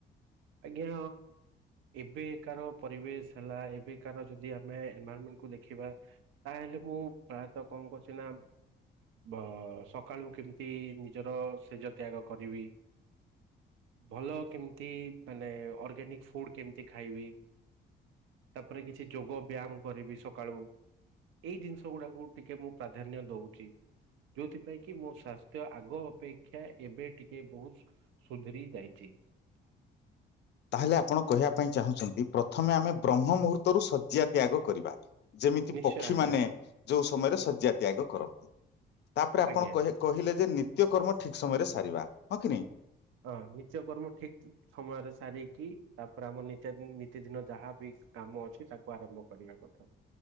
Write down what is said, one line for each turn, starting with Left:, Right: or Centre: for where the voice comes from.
Right: ଆଜ୍ଞା ଏବେକାର ପରିବେଶ ହେଲା ଏବେକାର ଯଦି ଆମେ ଏନଭରମେଣ୍ଟ କ ଦେଖିବା ତାହେଲେ ମୁଁ ପ୍ରାୟତଃ କଣ କରୁଛି ନା ଭ ସକାଳୁ କେମିତି ନିଜର ସେଜ ତ୍ୟାଗ କରିବି ଭଲ କେମିତି ମାନେ ଅର୍ଗାନିକ ଫୁଡ କେମତି ଖାଇବି ତାପରେ କିଛି ଯୋଗ ବ୍ୟାୟାମ କରିବି ସକାଳୁ ଏଇ ଜିନିଷ ଗୁଡାକୁ ଟିକେ ମୁଁ ପ୍ରାଧାନ୍ୟ ଦଉଚି। ଯୋଉଥିପାଇଁ କି ମୋ ସ୍ଵାସ୍ଥ୍ୟ ଆଗ ଅପେକ୍ଷା ଏବେ ଟିକେ ବହୁତ ସୁଧୁରି ଯାଇଚି। ର
Left: ତାହେଲେ ଆପଣ କହିବା ପାଇଁ ଚାହୁଁଛନ୍ତି ପ୍ରଥମେ ଆମେ ବ୍ରହ୍ମ ମୁହୂର୍ତରୁ ଶଯ୍ୟା ତ୍ୟାଗ କରିବା? ଯେମିତି
Right: ନିଶ୍ଚୟ
Left: ପକ୍ଷୀମାନେ
Right: ଆଜ୍ଞା
Left: ଯୋଉ ସମୟରେ ଶଯ୍ୟା ତ୍ୟାଗ କରନ୍ତି। ତାପରେ ଆପଣ
Right: ଆଜ୍ଞା
Left: କହ କହିଲେ ଯେ ନିତ୍ୟ କର୍ମ ଠିକ ସମୟରେ ସାରିବା ହଁ କି ନାଇଁ
Right: ହଁ ନିଚ କର୍ମ ଠିକ ସମୟରେ ସାରି କି ତାପରେ ଆମ ନିତ ଦିନ ନୀତି ଦିନ ଯାହାବି କାମ ଅଛି ତାକୁ ଆରମ୍ଭ କରିବା କଥା।